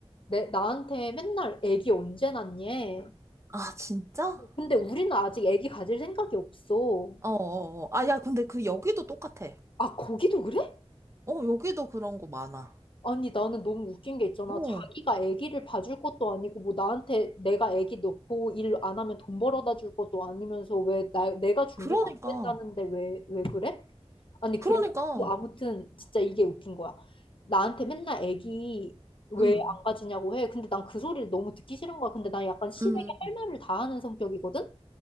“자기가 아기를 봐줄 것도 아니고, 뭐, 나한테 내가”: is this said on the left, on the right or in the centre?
Left